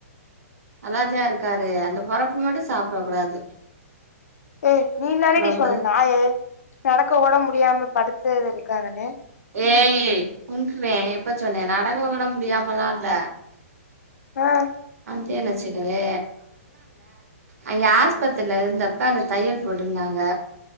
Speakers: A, on the right; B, on the left.
A: நல்லாதா இருக்காரு அந்த பொறப்பு மட்டு சாப்டக்கூடாது
B: ஏ நீ தானடி சொன்ன
A: கூடாது
B: நாயே நடக்க கூட முடியாம படுத்தே இருக்காங்கன்னு
A: ஏய் லிலே கொன்றுவ எப்ப சொன்ன நடக்க கூட முடியாமல்லா இல்ல
B: ஆ
A: வந்தேன் வச்சுக்குவே அங்க ஆஸ்பத்திரில இருந்தப்ப அந்த தையல் போட்டுருந்தாங்க